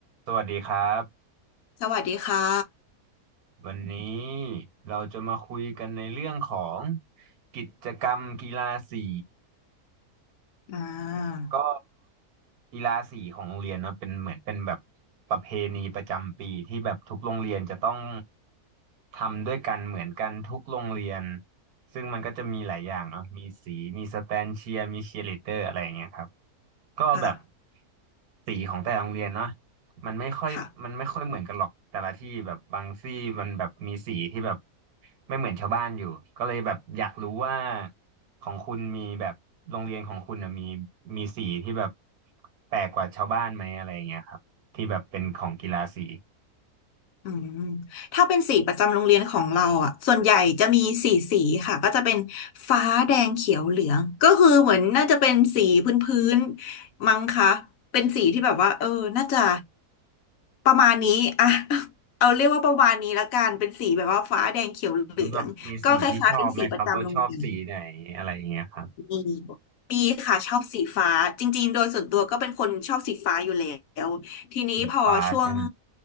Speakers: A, on the right; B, on the left.
A: สวัสดีครับ
B: สวัสดีค่ะ
A: วันนี้เราจะมาคุยกันในเรื่องของกิจกรรมกีฬาสี
B: อ่า
A: ก็กีฬาสีของโรงเรียนเนอะเป็นเหมือนเป็นแบบประเพณีประจำปีที่แบบทุกโรงเรียนจะต้องทำด้วยกันเหมือนกันทุกโรงเรียนซึ่งมันก็จะมีหลายอย่างเนาะมีสีมีสแตนเชียร์มีเชียร์ลีดเดอร์อะไรอย่างเงี้ยครับ ก็แบบ
B: ค่ะ
A: สีของแต่ละโรงเรียนนะมันไม่ค่อยมันไม่ค่อยเหมือนกันหรอกแต่ละที่แบบบางที่มันแบบมีสีที่แบบ
B: ค่ะ
A: ไม่เหมือนชาวบ้านอยู่ก็เลยแบบอยากรู้ว่าของคุณมีแบบโรงเรียนของคุณน่ะมีมีสีที่แบบแปลกกว่าชาวบ้านไหมอะไรอย่างเงี้ยครับที่แบบเป็นของกีฬาสี
B: อืมถ้าเป็นสีประจำโรงเรียนของเราอ่ะส่วนใหญ่จะมีสี่สีค่ะ ก็จะเป็นฟ้าแดงเขียวเหลือง ก็คือเหมือนน่าจะเป็นสีพื้นพื้นมั้งคะเป็นสีที่แบบว่าเออน่าจะประมาณนี้อ่ะ <laughs> เอาเรียกว่าประมาณนี้ละกันเป็นสีแบบว่าฟ้าแดงเขียวเหลืองก็คล้ายๆเป็นสีประจำโรงเรียน
A: แล้วแบบมีสีที่ชอบไหมครับว่าชอบสีไหนอะไรอย่างเงี้ยครับ
B: มีมีค่ะชอบสีฟ้าจริงๆโดยส่วนตัวก็เป็นคนชอบสีฟ้าอยู่แล้วทีนี้พอช่วง
A: สีฟ้าใช่ไหม